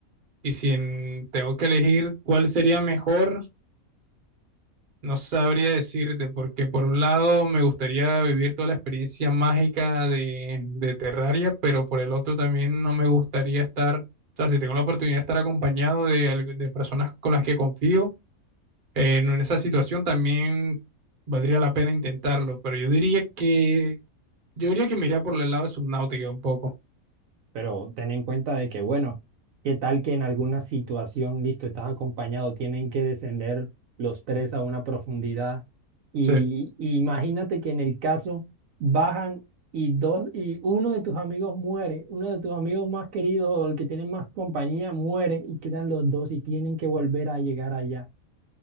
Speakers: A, on the right (about 40°); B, on the right (about 70°).
A: y si en- tengo que elegir cuál sería mejor, no sabría decirte, porque por un lado me gustaría vivir toda la experiencia mágica de, de Terraria, pero por el otro también no me gustaría estar, o sea, si tengo la oportunidad de estar acompañado de, al- de personas con las que confío eh, en esa situación también valdría la pena intentarlo, pero yo diría que yo diría que me iría por el lado de Subnautica un poco.
B: Pero ten en cuenta de que, bueno, qué tal que en alguna situación, listo, estás acompañado tienen que descender los tres a una profundidad. Y,
A: Sí,
B: y imagínate que en el caso bajan y dos, y uno de tus amigos muere, uno de tus amigos más queridos o el que tiene más compañía muere y quedan los dos y tienen que volver a llegar allá.